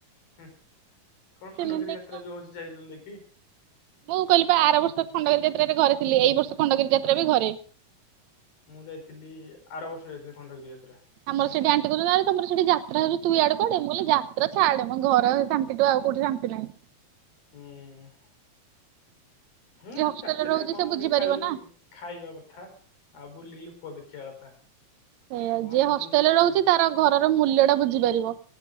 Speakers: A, on the left; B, on the right.
A: ହୁଁ କଣ ଖଣ୍ଡଗିରି
B: ଚିନି ନେଇକି
A: ଯାତ୍ରା ଯଉ ହୋଉଚି ଯାଇନ ଦେଖି?
B: ମୁଁ କହିଲିପା ଆର ବର୍ଷ ଖଣ୍ଡଗିରି ଯାତ୍ରା ରେ ଘରେ ଥିଲି ଏଇ ବର୍ଷ ଖଣ୍ଡଗିରି ଯାତ୍ରା ବି ଘରେ।
A: ମୁଁ ଯାଇଥିଲି ଆର ବର୍ଷ ଯାଇଥିଲି ଖଣ୍ଡଗିରି ଯାତ୍ରା।
B: ଆମର ସେଇଠି ଆଣ୍ଟି କଉଛନ୍ତି ଆରେ ତମର ସେଠି ଯାତ୍ରା ହଉଚି ତୁ ଇଆଡ଼େ କୁଆଡ଼େ ମୁଁ କଇଲି ଯାତ୍ରା ଛାଡେ ମ ଘର ତା ସେଟୁ ଆଉ କୋଉଠି ଶାନ୍ତି ନାହିଁ।
A: ହୁଁ। ହୁଁ
B: ଯିଏ ହଷ୍ଟେଲରେ
A: ରାତିରେ
B: ରହୁଛି
A: କଣ
B: ସେ
A: ଗୋଟେ
B: ବୁଝିପାରିବ
A: ଖାଲି
B: ନା
A: ଖାଇବା କଥା। ଆଉ ବୁଲି ଲୋକ ଦେଖିବା କଥା।
B: ଏଇଆ
A: ଆଉ କଣ
B: ଯିଏ ହଷ୍ଟେଲ
A: ଜିନିଷ କିଣିବା
B: ରେ ରହୁଚି
A: କଥା
B: ତାର ଘରର ମୂଲ୍ୟ ଟା ବୁଝିପାରିବ